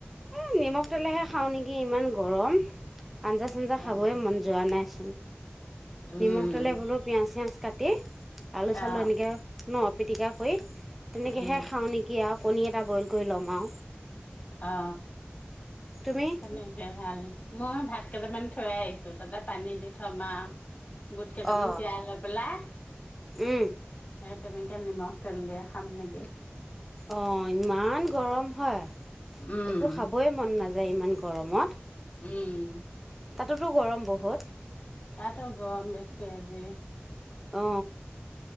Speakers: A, in the centre; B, on the left.
A: এ নিমখ তেলেহে খাওঁ নেকি! ইমান গৰম। আঞ্জা চাঞ্জা
B: অ',
A: খাবই মন যোৱা নাই।
B: উম,
A: নিমখ তেলে বোলো পিয়াঁজ চিয়াজ কাটি- তে <unintelligible> আলো চালো
B: অ',
A: এনেকে- ন? পিটিকা কৰি তেনেকেহে
B: উম,
A: খাওঁ নেকি আৰু- কণী এটা বইল কৰি ল'ম আৰু।
B: অ
A: তুমি
B: তেনেকে ভাল - মই ভাত কেইটামান থৈ আহিছো তাতে পানী দি থম আউ। বুট কেইটামান
A: অ
B: তিয়াই লৈ পেলাই
A: উম
B: তেনেকে নিমখ তেল দিয়ে খাম নেকি?
A: অ ইমান গৰম হয়
B: উম।
A: একো খাবই মন নাযায় যায় ইমান গৰমত
B: উম
A: তাতোতো গৰম বহুত,
B: তাতো গৰম বেছি আজি।
A: অ